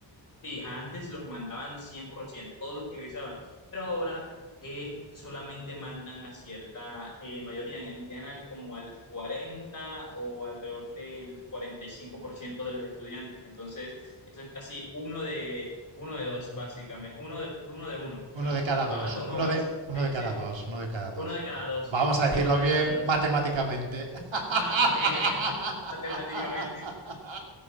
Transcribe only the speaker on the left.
sí, antes los mandaban 100%, todos los que egresaban, pero ahora eh, solamente mandan a cierta eh, mayoría, envían al- como al 40 o alrededor del 45% de los estudiantes, entonces eso es casi uno de, uno de dos, básicamente, uno de uno, de uno. o
sea,
¿o vas
o
no vas,
sí,
sí,
uno de cada dos,
sí,
uno de
cada dos,
matemáticamente, matemáticamente,